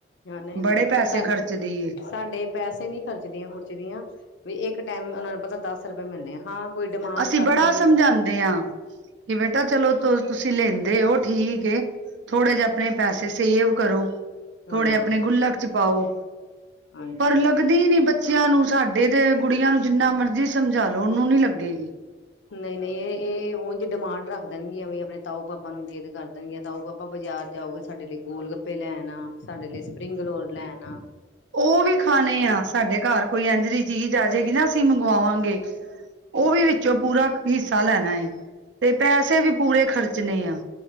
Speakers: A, on the left; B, on the right.
A: ਹਾਂ ਨਹੀਂ
B: ਬੜੇ
A: ਨਹੀਂ
B: ਪੈਸੇ
A: ਸਾਡੇ
B: ਖਰਚ ਦੀਏ।
A: ਸਾਡੇ ਪੈਸੇ ਨੀ ਖਰਚਦੀਆਂ-ਖੁਰਚਦੀਆਂ ਵੀ ਇੱਕ ਟਾਈਮ ਉਹਨਾਂ ਨੂੰ ਪਤਾ ਦੱਸ ਰੁਪਏ ਮਿਲਣੇ ਆ ਹਾਂ। ਕੋਈ ਡਿਮਾਂਡ
B: ਅਸੀਂ
A: ਕਰ
B: ਬੜਾ
A: ਦੇਣ ਵੀ
B: ਸਮਝਾਦੇ ਹਾਂ ਕਿ ਬੇਟਾ ਚਲੋ ਤੁ ਤੁਸੀਂ ਲੈਂਦੇ ਓ, ਠੀਕ ਏ, ਥੋੜੇ ਜਿਹੇ ਆਪਣੇ ਪੈਸੇ ਸੇਵ ਕਰੋ। ਥੋੜੇ
A: ਹਾਂ
B: ਆਪਣੇ ਗੁੱਲਕ 'ਚ' ਪਾਓ,
A: ਹਾਂਜੀ
B: ਪਰ
A: ਹਾਂਜੀ
B: ਲੱਗਦੀ ਨੀ ਬੱਚ ਬੱਚਿਆਂ ਨੂੰ ਸਾਡੇ ਤੇ ਗੁੜੀਆਂ ਨੂੰ ਜਿੰਨਾ ਮਰਜ਼ੀ ਸਮਝਾਲੋ, ਉਹਨੂੰ ਨੀ ਲੱਗੇਗੀ।
A: ਨਹੀਂ-ਨਹੀਂ, ਇਹ-ਇਹ ਉਝ ਡਿਮਾਂਡ ਰੱਖ ਦੇਣਗੀਆਂ ਵੀ ਆਪਣੇ ਤਾਊ, ਪਾਪਾ ਨੂੰ ਜਿੱਦ ਕਰ ਦੇਣਗੀਆਂ ਤਾਊ, ਪਾਪਾ ਬਾਜ਼ਾਰ ਜਾਓਗੇ ਸਾਡੇ ਲਈ ਗੋਲ-ਗੱਪੇ ਲੈਣ ਆ ਸਾਡੇ ਲਈ ਸਪਰਿੰਗਲੋਰ ਲੈਣ ਆ।
B: ਉਹ ਵੀ ਖਾਣੇ ਆ, ਸਾਡੇ ਘਰ ਕੋਈ ਇੰਝ ਦੀ ਚੀਜ਼ ਆ ਜਾਏਗੀ ਨਾ ਅਸੀਂ ਮੰਗਵਾਵਾਂਗੇ। ਉਹ
A: ਤੇ
B: ਵੀ ਵਿੱਚੋਂ ਪੂਰਾ ਹਿੱਸਾ ਲੈਣਾ ਏ, ਤੇ ਪੈਸੇ ਵੀ ਪੂਰੇ ਖਰਚਣੇ ਆ।